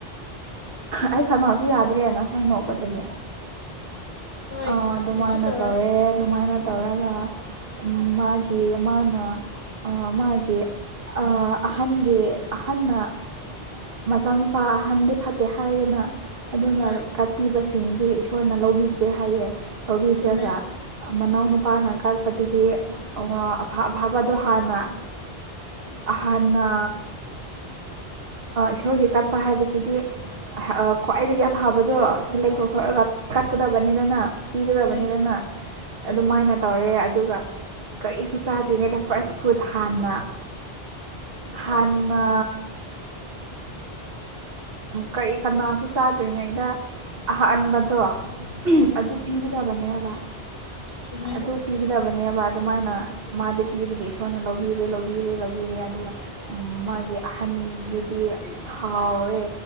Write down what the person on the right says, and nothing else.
ꯑꯩ ꯀꯩꯅꯣꯁꯨ ꯌꯥꯗ꯭ꯔꯦ ꯉꯁꯥꯏ ꯅꯣꯛꯄꯗꯒꯤ
ꯑꯥ ꯑꯗꯨꯃꯥꯏꯅ
ꯇꯧꯔꯦ ꯑꯗꯨꯃꯥꯏꯅ ꯇꯧꯔꯒ ꯃꯥꯒꯤ ꯃꯥꯅ ꯃꯥꯒꯤ ꯑꯍꯟꯒꯤ ꯑꯍꯟꯅ ꯃꯆꯥꯅꯨꯄꯥ ꯑꯍꯟꯗꯤ ꯐꯠꯇꯦ ꯍꯥꯏꯗꯅ ꯑꯗꯨꯅ
ꯀꯠꯄꯤꯕꯁꯤꯡꯗꯤ ꯏꯁꯣꯔꯅ ꯂꯧꯕꯤꯗ꯭ꯔꯦ ꯍꯥꯏꯌꯦ ꯀꯕꯤ ꯖꯒꯥ
ꯃꯅꯥꯎꯅ ꯄꯥꯅ ꯀꯥꯔꯛꯄꯗꯨꯗꯤ ꯚꯥꯕꯗꯣ ꯍꯥꯟꯅ ꯍꯥꯟꯅ ꯈꯣꯔꯒꯤ ꯀꯛꯄ ꯍꯥꯏꯕꯁꯤꯗꯤ ꯈ꯭ꯋꯥꯏꯗꯒꯤ ꯑꯐꯕꯗꯣ ꯁꯦꯂꯦꯛ ꯇꯧꯊꯣꯔꯑꯒ ꯀꯛꯀꯗꯕꯅꯤꯗꯅ ꯄꯤꯒꯗꯕꯅꯤꯗꯅ
ꯑꯗꯨꯝꯃꯥꯏꯅ ꯇꯧꯔꯦ ꯑꯗꯨꯒ ꯀꯔꯤꯁꯨ ꯆꯥꯗ꯭ꯔꯤꯉꯩꯗ ꯐꯥꯔꯁ ꯐꯨꯗ ꯍꯥꯟꯅ ꯍꯥꯟꯅ ꯀꯔꯤ ꯀꯅꯥꯁꯨ ꯆꯥꯗ꯭ꯔꯤꯉꯩꯗ ꯑꯍꯑꯟꯕꯗꯣ
ꯑꯗꯨ ꯄꯤꯒꯗꯕꯅꯦꯕ
ꯑꯗꯨ ꯄꯤꯒꯗꯕꯅꯤ ꯅꯦꯕ ꯑꯗꯨꯃꯥꯏꯅ ꯃꯥꯗꯤ ꯄꯤꯕꯒꯤ ꯏꯁꯣꯔꯅ ꯂꯧꯕꯤꯔꯦ ꯂꯧꯕꯤꯔꯦ ꯂꯧꯕꯤꯔꯦ ꯑꯗꯨꯒ ꯃꯥꯒꯤ ꯑꯍꯟꯗꯨꯗꯤ ꯁꯥꯎꯔꯦ